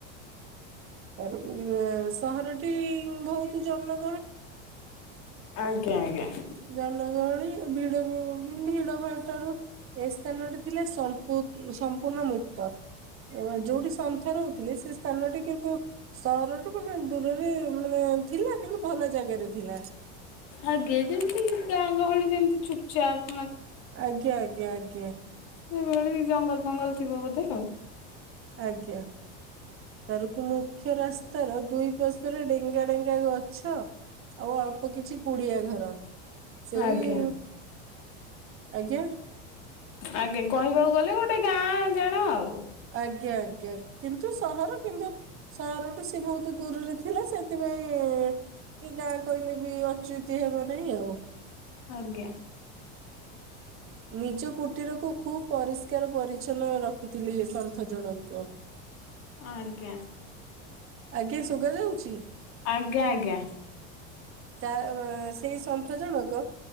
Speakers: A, on the right (about 35°); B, on the left (about 60°).
A: ତ ସହରଟି ବହୁତ ଜନ
B: ଆଜ୍ଞା ଆଜ୍ଞା।
A: ଜନ ଳି ଭି ଭିଡ ଭଟରୁ ଏ ସ୍ଥାନ ଥିଲା ସ ପୁନଃମୁତ ଯୋଉଠି ସନ୍ଥ ରହୁଥିଲେ ସେ ସ୍ଥାନଟି କିନ୍ତୁ ସହରଠୁ ମାନେ ଦୂରରେ ମାନେ ଥିଲା କିନ୍ତୁ ଭଲ ଜାଗାରେ ଥିଲା।
B: ଆଜ୍ଞା ଯେମିତି ଗାଁ ଗହଳି ଯେମିତି ଚପଚାପ
A: ଆଜ୍ଞା ଆଜ୍ଞା ଆଜ୍ଞା।
B: ସେଇଭଳି ଜଙ୍ଗଲ ଫଙ୍ଗଲ ଥିବ ବୋଧେ ଆଉ।
A: ଆଜ୍ଞା ତରକୁ ମୁଖ୍ୟ ରାସ୍ତା ତାର ଦୁଇ ପଶପରେ ଡେଙ୍ଗା ଡେଙ୍ଗା ଗଛ ଛ ଆଉ ଅଳ୍ପ କିଛି କୁଡିଆ ଘର ସେଇ
B: ଆଜ୍ଞା
A: ଆଜ୍ଞା।
B: ଆଜ୍ଞା କହିବାକୁ ଗଲେ ଗୋଟେ ଗାଁ ଜାଣ ଆଉ।
A: ଆଜ୍ଞା ଆଜ୍ଞା କିନ୍ତୁ ସହର କିନ୍ତୁ ସହରଠୁ ସେଏ ବହୁତ ଦୂରରେ ଥିଲା ସେ ସେଥିପାଇଁ କି ଗା କହିଲେ ବି ଅଚୁତି ହେବ ନାହିଁ ଆଉ।
B: ଆଜ୍ଞା।
A: ନିଜ କୁଟୀରକୁ ଖୁବ ପରିଷ୍କାର ପରିଚ୍ଛନ୍ନ ରଖୁଥିଲି ସନ୍ଥ ଜଣଙ୍କ।
B: ଆଜ୍ଞା।
A: ଆଜ୍ଞା ଶୁଗା ଯାଉଛି।
B: ଆଜ୍ଞା ଆଜ୍ଞା।
A: ଯ ସେଇ ସନ୍ଥ ଜଣକ